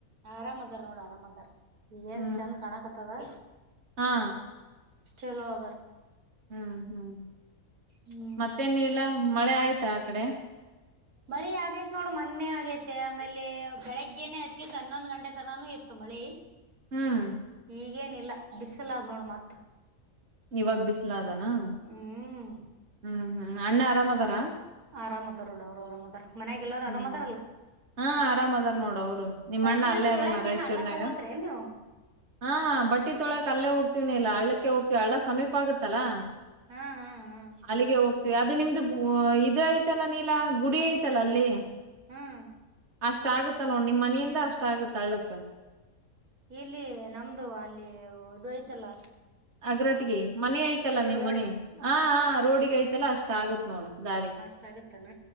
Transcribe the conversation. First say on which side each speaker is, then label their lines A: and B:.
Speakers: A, on the right; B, on the right.
A: ಆರಾಮ್ ಅದಾರ್ ನೋಡ ಆರಾಮ್ ಅದಾರ್ ಏನ್
B: ಹ್ಮ್
A: ಚಂದ ಕಾಣಕ್ತ್ತವ
B: ಹಾ
A: ಚಲೋ ಅದರ
B: ಹ್ಮ್ ಹ್ಮ್
A: ಹ್ಮ್.
B: ಮತ್ತೆನೀಲ ಮಳೆ ಆಯ್ತಾ ಆ ಕಡೆ
A: ಮಳಿ ಆಗೇತ್ ನೋಡು ಮೊನ್ನೆ ಆಗೈತೆ ಆಮೇಲೆ ಬೆಳಗ್ಗೆನೆ ಹತ್ತಿದು ಹನ್ನೊಂದ್ ಗಂಟೆ ತನಾನು ಇತ್ತು ಮಳಿ
B: ಹ್ಮ್
A: ಈಗೇನಿಲ್ಲ ಬಿಸಲ್ ಆದ ನೋಡ್ ಮತ್
B: ಇವಾಗ ಬಿಸ್ಲಾದ ಹ್ಮ್
A: ಹ್ಮ್
B: ಹ್ಮ್ ಅಣ್ಣ ಆರಾಮ್ ಅದಾರ
A: ಆರಾಮದಾರ ನೋಡ ಅವ್ರು ಆರಾಮದಾರ ಮನ್ಯಾಗ ಎಲ್ಲಾರು
B: ಹ್ಮ್
A: ಆರಾಮದಾರಲ್ಲ
B: ಹಾ ಆರಾಮ್ ಅದಾರ ನೋಡು ಅವರು ನಿಮ್ಮ
A: ಬಟ್ಟಿ
B: ಅಣ್ಣ ಅಲ್ಲೇ
A: ಅದು
B: ಅದಾನ
A: ತೊಳ್ಯಾಕ್
B: ರಾಯಚೂರ್ನಾಗ
A: ಏನ್ ಹಳ್ಳಕ್ಕ ಹೋತ್ರಿ ಏನ್ ನೀವು
B: ಹಾ ಬಟ್ಟಿ ತೊಳಕ್ ಅಲ್ಲೇ ಹೋಗ್ತವಿ <unintelligible> ಹಳ್ಳಕ್ಕೆ ಹೋಗ ಹಳ್ಳ ಸಮೀಪ ಆಗುತ್ತಲ್ಲಾ
A: ಹಾ ಹಾ ಹಾ
B: ಅಲ್ಲಿಗೆ ಹೋಗು ಯಾವ್ದದು ನಿಮ್ದು ಇದು ಐತಲ್ಲ ನೀಲಾ ಗುಡಿ ಐತಲ್ಲ ಅಲ್ಲಿ
A: ಹ್ಮ್
B: ಅಷ್ಟ ಆಗುತ್ತ ನೋಡ್ ನಿಮ್ ಮನೆಯಿಂದ ಅಷ್ಟ ಆಗತ್ತ ಅಳ್ಳಕ್
A: ಇಲ್ಲಿ ನಮ್ದು ಅಲ್ಲಿ ಇದು ಐತಲ್ಲಾ
B: ಅಗ್ರಟಗಿ ಮನೆ ಐತಲ್ಲ ನಿಮ್
A: ರೋಡಿಗೆ
B: ಮನೆ ಹ ಹ ರೋಡಿಗೆ ಐತಲ್ಲ ಅಷ್ಟೇ ಆಗತ್ ನೋಡು ದಾರಿ
A: ಅಷ್ಟ ಆಗತ್ತಾನ